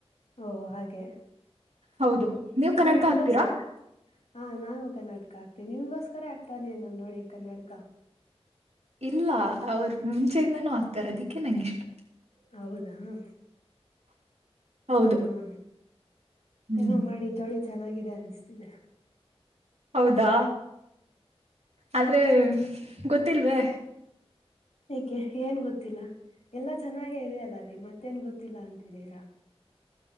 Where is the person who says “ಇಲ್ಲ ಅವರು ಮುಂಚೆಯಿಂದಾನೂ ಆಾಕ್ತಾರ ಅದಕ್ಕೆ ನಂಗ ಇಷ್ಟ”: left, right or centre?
Right